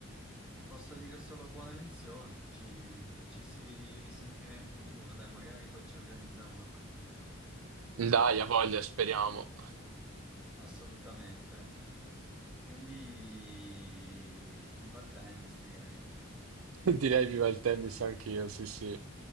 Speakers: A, in the centre; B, on the right.
A: ti posso dire solo buona lezione. Ci, ci si risentirà in futuro, dai, magari poi ci organizziamo una partita.
B: Dai, a voglia, speriamo.
A: Assolutamente. Quindi viva il tennis, direi.
B: <laughs> Direi viva il tennis anch'io, sì, sì.